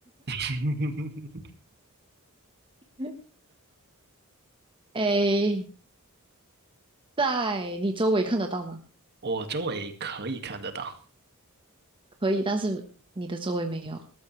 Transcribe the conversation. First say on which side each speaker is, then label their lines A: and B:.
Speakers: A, on the right; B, on the right.
A: <laughs>
B: <laughs> 诶，在你周围看得到吗？
A: 我周围可以看得到，
B: 可以，但是你的周围没有。